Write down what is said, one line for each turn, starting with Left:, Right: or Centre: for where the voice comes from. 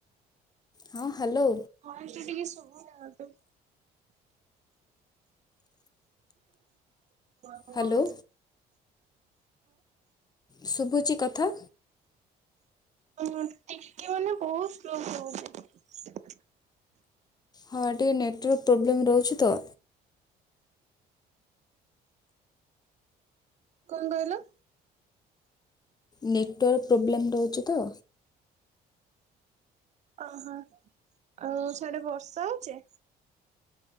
Left: ହଁ ହ୍ୟାଲୋ
Right: ଭଏସ୍ ଟା ଟିକେ ଶୁବୁନି ଆଦୌ। ହାଲୋ।
Left: ହ୍ୟାଲୋ ଶୁଭୁଚି କଥା?
Right: ହଁ -ଟିକେ ମାନେ ବହୁତ୍ ସ୍ଲୋ ଶୁଭୁଚି।
Left: ହଁ ଟିକେ ନେଟୱାର୍କ ପ୍ରୋବ୍ଲେମ୍ ରହୁଛି ତ।
Right: କଣ୍ କହିଲ?
Left: ନେଟୱାର୍କ ପ୍ରୋବ୍ଲେମ୍ ରହୁଚି ତ।
Right: ଓହୋ ଆଉ ସିଆଡେ ବର୍ଷା ହଉଚି?